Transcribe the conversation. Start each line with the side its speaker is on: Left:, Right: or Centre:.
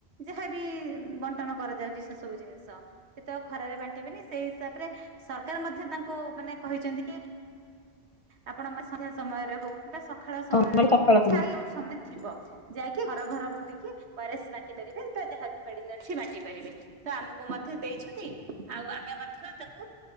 Right: ଯାହାବି ବ ବଟନ କରାଯାଉଛି ସେ ସବୁ ଜିନିଷ ସେ ତ ଖରାରେ ବାଣ୍ଟିବେନି ସେଇ ହିସାବରେ ସରକାର ମଧ୍ୟ ତାଙ୍କୁ ମାନେ କହିଛନ୍ତି କି ଆପଣ ସନ୍ଧ୍ୟା ସମୟରେ ହଉ କିମ୍ବା ସକାଳ ସମୟରେ
Left: ହଁ ମାନେ
Right: ହଉ
Left: ସକାଳ ସନ୍ଧ୍ୟା।
Right: ଛାଇ ସମୟ ଥିବ ଯାଇକି ଘର ଘର ବୁଲିକି ଓଆରେସ ବାଣ୍ଟି ପାରିବେ ତ ଯାହା ବଡିନା କିଛି ବାଣ୍ଟି ପାରିବେ ତ ଆମକୁ ମଧ୍ୟ ଦେଇଛନ୍ତି ଆଉ ଆମେ ମଧ୍ୟ ତାକୁ